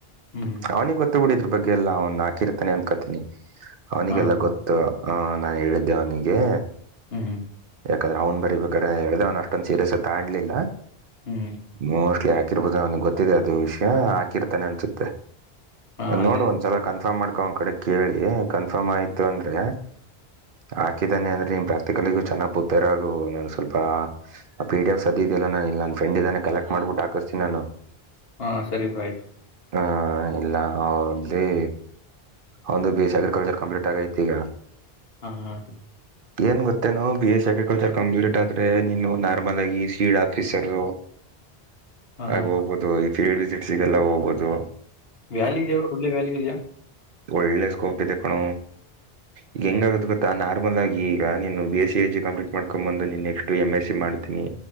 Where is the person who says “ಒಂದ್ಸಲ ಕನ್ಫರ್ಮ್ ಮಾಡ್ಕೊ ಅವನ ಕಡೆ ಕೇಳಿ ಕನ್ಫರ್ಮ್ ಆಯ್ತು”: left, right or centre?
Right